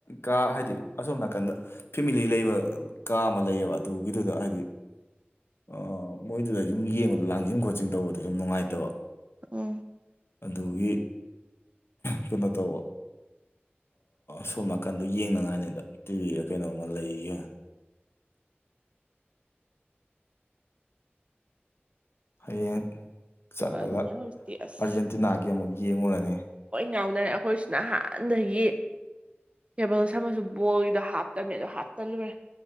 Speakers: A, on the left; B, on the right.
A: ꯀꯥ ꯍꯥꯏꯗꯤ ꯑꯁꯣꯝ ꯅꯥꯀꯟꯗ ꯐꯦꯃꯤꯂꯤ ꯂꯩꯕ ꯀꯥ ꯑꯃ ꯂꯩꯌꯦꯕ ꯑꯗꯨꯒꯤ ꯑꯗꯨꯗ ꯍꯥꯏꯗꯤ ꯑꯥ ꯃꯣꯏꯗꯨꯗ ꯁꯨꯝ ꯌꯦꯡꯕꯗ ꯂꯥꯡꯁꯤꯟ ꯈꯣꯠꯆꯤꯟ ꯇꯧꯕꯗ ꯁꯨꯝ ꯅꯨꯡꯉꯥꯏꯇ ꯇꯕ
B: ꯎꯝ
A: ꯑꯗꯨꯒꯤ ꯀꯩꯅꯣ ꯇꯧꯕ ꯁꯣꯝ ꯅꯥꯀꯟꯗ ꯌꯦꯡꯅꯉꯥꯏꯅꯤꯗꯣ ꯇꯤꯚꯤꯗ ꯀꯩꯅꯣꯝꯃ ꯂꯩꯒ
B: <unintelligible>
A: ꯍꯌꯦꯡ ꯆꯠꯂꯒ
B: ꯍꯣꯏ ꯑꯗꯨꯅꯦ ꯍꯧꯖꯤꯛꯇꯤ ꯑꯁ
A: ꯑꯥꯔꯖꯦꯟꯇꯤꯅꯥꯒꯤ ꯑꯃꯨꯛ ꯌꯦꯡꯉꯨꯔꯅꯤ
B: ꯌꯥꯎꯅꯔꯦ ꯑꯩꯈꯣꯏꯁꯤ ꯅꯍꯥꯟꯗꯒꯤ ꯀꯦꯕꯜꯁ ꯑꯃꯁꯨ ꯕꯣꯜꯒꯤꯗ ꯍꯥꯞꯇꯕꯃꯦ ꯑꯗꯣ ꯍꯥꯞꯆꯜꯂꯨꯔꯦ